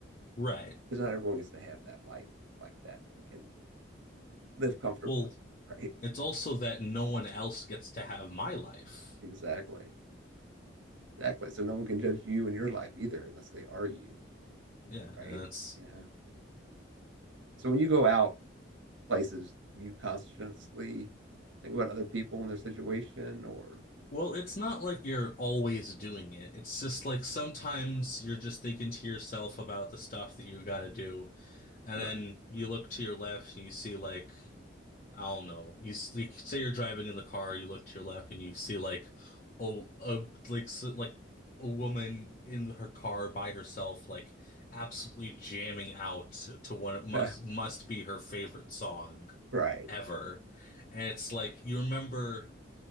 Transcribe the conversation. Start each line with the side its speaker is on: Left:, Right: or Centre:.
Left: Right.
Right: because not everyone gets to have that life like that that we can live comfortably,
Left: Well,
Right: <laughs> right?
Left: it's also that no one else gets to have my life.
Right: Exactly. Exactly. So no one can judge you in your life either unless they are you,
Left: Yeah,
Right: right?
Left: that's
Right: Yeah. So when you go out places, you consciously think about other people and their situation or
Left: well, it's not like you're always doing it. It's just like sometimes you're just thinking to yourself about the stuff that you got to do. And
Right: right.
Left: then
Right: <laughs>
Left: you look to your left and you see like I don't know. You, s- you say you're driving in the car, you look to your left, and you see like oh, a like s like a woman in her car by herself, like absolutely jamming out to, to what must
Right: Yeah.
Left: must be her favorite song
Right: Right.
Left: ever. And it's like you remember